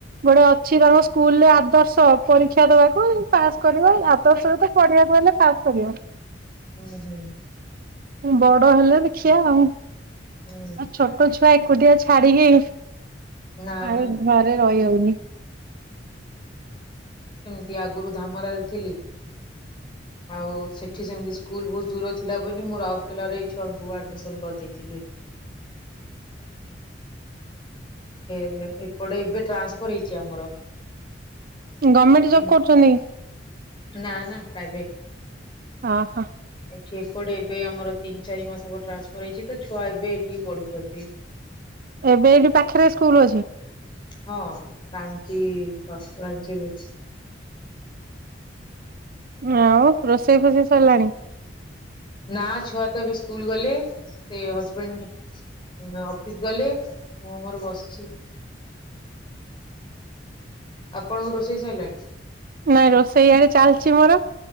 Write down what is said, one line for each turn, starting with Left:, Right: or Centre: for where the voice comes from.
Right: ଗୋଟେ ଅଛି ତାଙ୍କ ସ୍କୁଲ ରେ ଆଦର୍ଶ ପରୀକ୍ଷା ଦବାକୁ ପାସ୍ କରିବା ଆଦର୍ଶ ତ ପଆ ଲେ ପାସ କରିବ।
Left: ହୁଁ ହୁଁ।
Right: ବଡ ହେଲା ଦେଖିଆ ଆଉ
Left: ହୁଁ
Right: ଆ ଛୋଟ ଛୋ ଏକୁଟିଆ ଛାଡିକି
Left: ନା
Right: ଆଉ
Left: ନା
Right: ଘରେ ରହି ହଉନି।
Left: ସେ ଆଗରୁ ଧାମରାରେ ଥିଲି ଆଉ ସେଠି ସେମିତି ସ୍କୁଲ ବହୁତ ଦୂର ଥିଲା ବୋଲି ମୁଁ ରାଉରକେଲାରେ ଏ ଛୁଆଙ୍କୁ ଆଡମିସନ କରିଦେଇଥିଲି। <inaudible> ଫ ଏପଟେ ଏବେ ଟ୍ରାନ୍ସଫର୍ ହେଇଛି ଆମର।
Right: ଗଭର୍ଣ୍ଣମେଣ୍ଟ
Left: ତିନ-
Right: ଜବ କରୁଛନ୍ତି?
Left: ନା ନା ପ୍ରାଇଭେଟ।
Right: ହ ହ।
Left: ଏଠି ଏପଟେ ଏବେ ଆମର ତିନି ଚାରି ମାସ ଟ୍ରାନ୍ସଫର୍ ହେଇଛି, ତ ଛୁଆ ଏବେ ଏଠିକି ପଢୁଛନ୍ତି।
Right: ଏବେ ଏଇଠି ପାଖରେ ସ୍କୁଲ ଅଛି?
Left: ହଁ ରାଞ୍ଚି ଦଶ ଇଞ୍ଚରେ
Right: ଆଉ ରୋଷେଇ ଫୋଷେଇ ସରିଲାଣି?
Left: ନା ଛୁଆ ତ ଏବେ ସ୍କୁଲ ଗଲେ ସେ ହସବେଣ୍ଡ ଉ ଅଫିସ ଗଲେ ମୁଁ ମୋର ବସିଛି। ଆପଣଙ୍କ ରୋଷେଇ ସାରିଲାଣି?
Right: ନାଇଁ ରୋଷେଇ ଆଡେ ଚାଲିଛି ମୋର